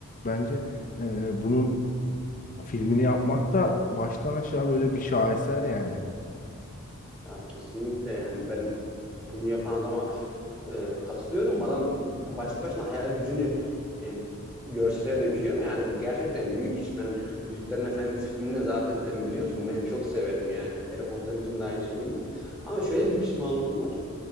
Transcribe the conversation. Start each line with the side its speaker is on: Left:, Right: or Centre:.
Left: bence e, bunun filmini yapmak da baştan aşağı böyle bir şaheser yani.
Centre: Ya kesinlikle yani ben bunu yapan adama e, katılıyorum. Adam başta başına hayal gücünü e, görsele döküyor. Yani gerçekten büyük iş. Ben Yüzüklerin Efendisi filmini zaten sen biliyorsun. Ben çok severim yani. Harry Potter'ınkini de aynı şekilde. Ama şöyle bir pişmanlığım var.